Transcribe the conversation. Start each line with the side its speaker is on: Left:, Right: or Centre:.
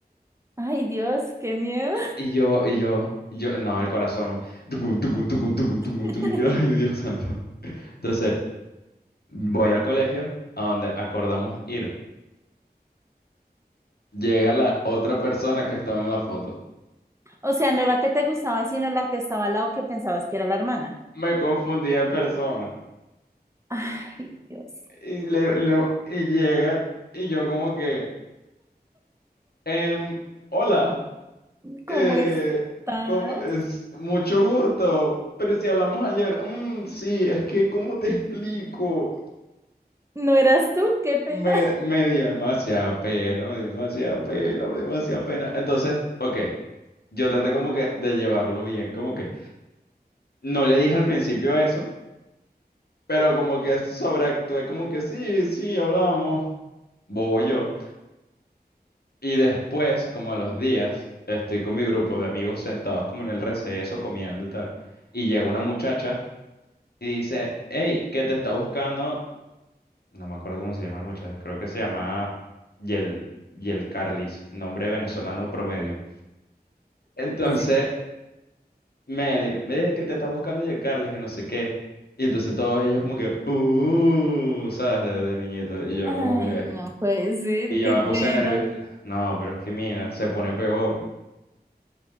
Right: ay, Dios, qué miedo.
Left: Y yo, y yo, y yo, no, el corazón, tungun, tungun, tungun, tungun, tungun,
Right: <laughs>
Left: tungun, y yo, <laughs> ay, Dios santo. Entonces, voy al colegio a donde acordamos ir. Llega la otra persona que estaba en la foto.
Right: O sea, no la que te gustaba, sino la que estaba al lado que pensabas que era la hermana.
Left: Me confundí de persona.
Right: Ay, Dios.
Left: Y, le, lo- y llega, y yo como que, em, hola,
Right: ¿Cómo
Left: eh,
Right: estás?
Left: ¿cómo es, mucho gusto, pero si hablamos ayer, mm, sí, es que, ¿cómo te explico?
Right: ¿No eras tú? Qué pena.
Left: Me,
Right: <laughs>
Left: me dio demasiada pena, me dio demasiada pena, me dio demasiada pena. Entonces, ok, yo traté como que de llevarlo bien, como que no le dije al principio eso, pero como que sobreactué, como que sí, sí, hablamos, bobo yo. Y después, como a los días, estoy con mi grupo de amigos sentados como en el receso, comiendo y tal, y llega una muchacha y dice, hey, ¿qué te está buscando? No me acuerdo cómo se llama la muchacha, creo que se llama Yel, Yel Carlis, nombre venezolano promedio. Entonces
Right: Sí.
Left: me, di- me dije que te está buscando ya Carly, que no sé qué. Y entonces todos ellos como que, uh, uh", ¿sabes? De, de niñito. Y yo
Right: Ay,
Left: como que...
Right: no puede ser,
Left: Y yo
Right: qué
Left: me
Right: pena.
Left: puse nervioso. No, pero es que mira, se pone peor.